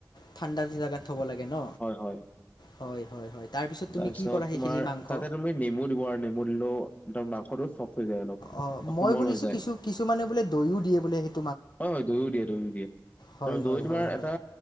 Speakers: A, on the left; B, on the left.
A: ঠাণ্ডা জেগাত থ'ব লাগে ন?
B: হয় হয়
A: হয়, হয় হয়। তাৰপিছত তুমি
B: তাৰপিছত
A: কি কৰা সেইখিনি
B: তোমাৰ
A: মাংস?
B: তাতে তুমি নেমু দিব পাৰা, নেমু দিলেও মাংসটো চফ্ট হৈ যায় অলপ
A: অ, মই
B: কোমল
A: শুনিছো
B: হৈ যায়
A: কিছু কিছুমানে বোলে দৈও দিয়ে বোলে সে <unintelligible>
B: হয় হয় দৈও দিয়ে, দৈও দিয়ে।
A: হয়,
B: দৈ
A: হয়,
B: তোমাৰ
A: হয়,
B: এটা
A: হয়,